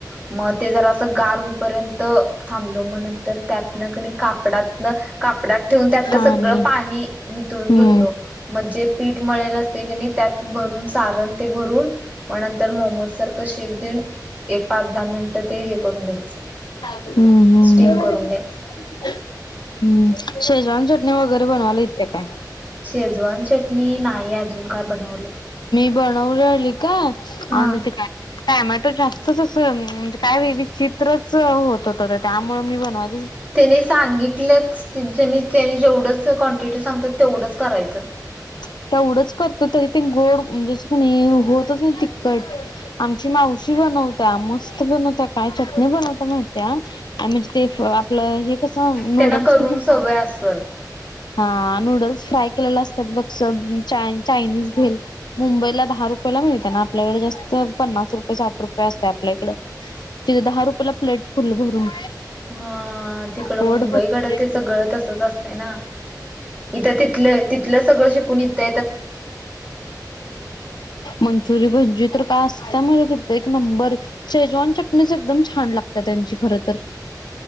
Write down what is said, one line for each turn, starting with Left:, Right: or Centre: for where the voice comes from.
Right: मग ते जर असं गार र्य थांबलो त्या कापडात कापडात ठेवून त्यातलं
Left: पाणी
Right: सगळं पाणीळून
Left: हम्म
Right: घेतल म जे पीठ मिल असते की नाही त्यात भरून सारण ते भरून मग नंतर मोमोज सारखं शेप देऊन एक पाच दहा मिनिट ते हे करून घ्यायचं
Left: हम्म हम्म
Right: स्टीम
Left: हम
Right: करून घ्यायचं
Left: हम्म सज रान चटणी वगैरे बनवायला इेते काय
Right: शेजवान चटणी नाही अजून काय बनवलं
Left: बनव आली का
Right: हा
Left: आणि ते काय टमॅटो जास्तच असं म्हणजे काय वे विचित्रच होत होत त्यामुळे मी बनवाय
Right: त्यानी सांगितलं त्यानी जेवढंचन सां तेवढंच करायचं
Left: अ तेवढंच करतो तरी ते गोड म्हणजे अस नाही होतच नाही तिखट आमची मावशी मस्त बनवत काय चटणी बनवत मात्या आणि म्हणजे ते आपलं कस
Right: त्यांना
Left: नूडल्स
Right: करून
Left: फ्राय
Right: सवय असल.
Left: हा नूडल्स फ्राय केले अस ब चायनीज भेल मुंबईला दहा रुपयाला मिळते ना आपल्याकडे जास्त प न्स रुपये साठ रुपये असत आपल्या इकड तिथे दहा रुपयेला प्लेट फुल भरून
Right: हा तिकड
Left: पोट
Right: मुंबईकडं
Left: भर
Right: ते सगळं तसच असतं ना इथं तिथलं तिथलं सगळं शिकून इथ
Left: मंचुरी प जथर का अस म क बर शेजवान चटणीच एकदम छान लागत त्यांची खर तर